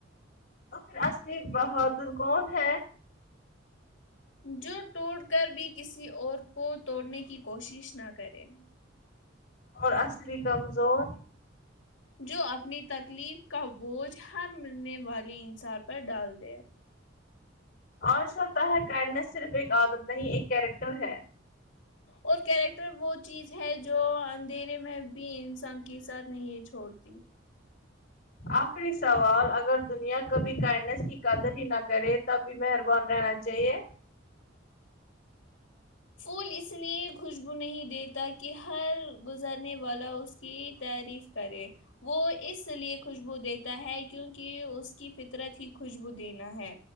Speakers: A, on the left; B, on the left.
A: تو پھر اصلی بہادر کون ہے
B: جو ٹوٹ کر بھی کسی اور کو توڑنے کی کوشش نہ کرے
A: اور اصلی کمزور
B: جو اپنی تکلیف کا بوجھ ہر ملنے والی انسار پر ڈال دے
A: اور سکتا ہے کائنڈنس صرف ایک عادت نہیں ایک کیریکٹر ہے
B: اور کیریکٹر وہ چیز ہے جو اندھیرے میں بھی انسان کے ساتھ نہیں چھوڑتی
A: آخری سوال اگر دنیا کبھی کائنڈنس کی قدر ہی نہ کرے تب بھی مہربان رہنا چاہیے
B: پھول اس لیے خوشبو نہیں دیتا کہ ہر گزرنے والا اس کی تعریف کرے وہ اس لیے خوشبو دیتا ہے کیونکہ اس کی فطرت ہی خوشبو دینا ہے